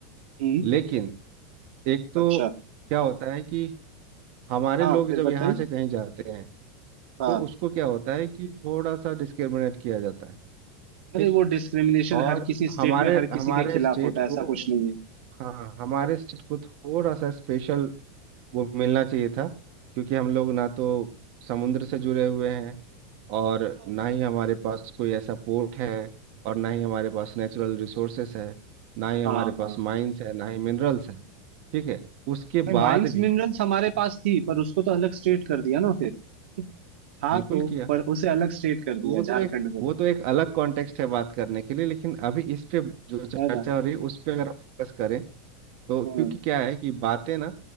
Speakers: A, on the right; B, on the right.
A: हम्म
B: लेकिन एक तो
A: अच्छा
B: क्या होता है कि हमारे
A: हाँ
B: लोग
A: फिर
B: जब
A: बताइए
B: यहाँ से कहीं जाते हैं
A: हाँ
B: तो उसको क्या होता है कि थोड़ा सा डिस्क्रिमिनेट किया जाता है
A: अरे
B: ठीक
A: वो डिस्क्रिमिनेशन
B: और
A: हर किसी
B: हमारे
A: स्टेट में हर
B: हमारे
A: किसी के खिलाफ
B: स्टेट
A: होता है
B: को
A: ऐसा कुछ नहीं है
B: हाँ हमारे स्टेट को थोड़ा सा स्पेशल वो मिलना चाहिए था क्योंकि हम लोग ना तो समुद्र से जुड़े हुए हैं और
A: हम्म,
B: ना ही हमारे पास कोई ऐसा पोर्ट है और ना ही हमारे पास नेचुरल रिसोर्सेस है ना ही हमारे
A: हाँ हाँ
B: पास माइंस है ना ही मिनरल्स है ठीक है उसके
A: नहीं माइंस
B: बाद भी
A: मिनरल्स हमारे
B: उस
A: पास थी पर उसको तो अलग स्टेट कर दिया ना फिर हाँ
B: बिल्कुल
A: तो
B: किया
A: पर उसे अलग स्टेट कर दिया
B: तो वो तो
A: झारखंड
B: एक
A: को
B: वो तो एक अलग कॉन्टेक्स्ट है बात करने के लिए लेकिन अभी इस पे जो चर्चा
A: है ना
B: हो रही है उस पे अगर हम फोकस करें तो
A: हम्म
B: क्योंकि क्या है कि बातें ना